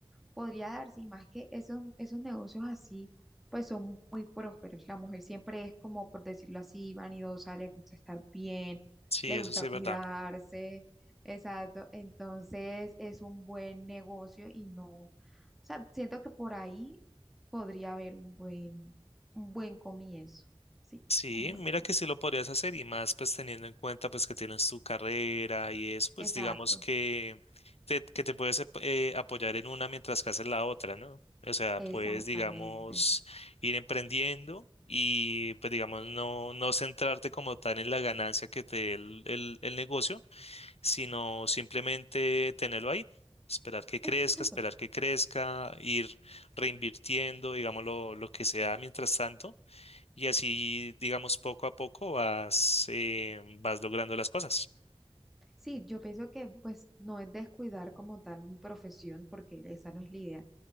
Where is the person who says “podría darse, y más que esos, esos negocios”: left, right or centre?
Centre